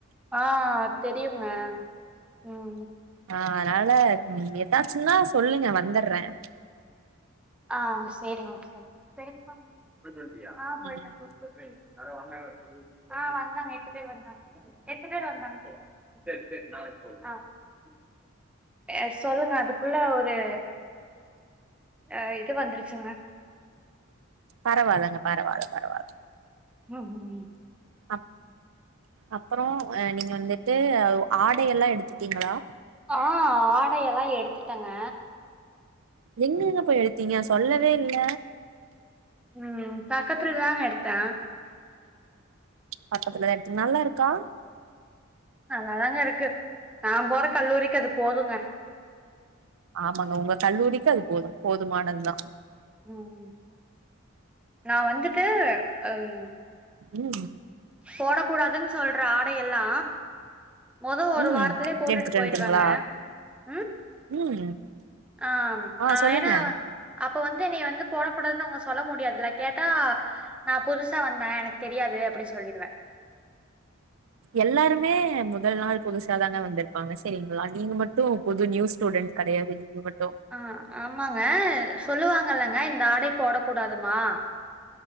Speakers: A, in the centre; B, on the right.
A: ஆஹ் தெரியுங்க உம்
B: ஆ அதனால உம் ஏதாச்சும்னா சொல்லுங்க வந்தறேன்
A: ஆஹ் செரிங்க செரி செரிப்பா <unintelligible> ஆ போயிட்டே
B: ம்
A: <unintelligible> ஆஹ் வந்தாங்க எட்டு பேர் வந்தாங்க எட்டு பேரு வந்தாங்க சேரி சேரி நாளைக்கு போவோம் ஆ சொல்லுங்க அதுக்குள்ள ஒரு அஹ் இது வந்துருச்சுங்க
B: பரவாலங்க பரவால பரவால
A: உம்
B: அப் அப்புறம் ஆஹ் நீங்க வந்துட்டு ஆடையெல்லா எடுத்துட்டீங்களா
A: ஆஹ் ஆடையல்லா எடுத்துட்டேங்க
B: எங்கங்க போய் எடுத்தீங்க சொல்லவே இல்ல
A: உம் பக்கத்துல தாங்க எடுத்தே
B: பக்கத்துல தா எடுத்தீங் நல்லா இருக்கா
A: நல்லாதாங்க இருக்கு நா போற கல்லூரிக்கு அது போதுங்க
B: ஆமாங்க உங்க கல்லூரிக்கு அது போதும் போதுமானது தா
A: உம் நா வந்துட்டு அம்
B: உம்
A: போட கூடாதுன்னு சொல்ற ஆடையெல்லா மொத ஒரு
B: ம்
A: வாரத்திலயே போட்டுட்டு
B: எடுத்துட்டு
A: போயிடுவேங்க
B: வந்ட்டீங்களா
A: உம்
B: ம்
A: ஆம்
B: ஆ
A: ஆஹ்
B: சொல்லுங்க
A: ஏன்னா அப்ப வந்து நீ வந்து போடாக் கூடாதுன்னு உங்க சொல்ல முடியாதீல கேட்டா நா புதுசா வந்தேன் எனக்கு தெரியாது அப்டி சொல்லிடுவே
B: எல்லாருமே முதல் நாள் புதுசாதாங்க வந்திருப்பாங்க செரிங்ளா நீங்க மட்டும் புது நியூஸ்டூடென்ட் கெடயாது நீங்க மட்
A: ஆஹ் ஆம்மாங்க சொல்லுவாங்கல்லங்க இந்த ஆடை போடக் கூடாதுமா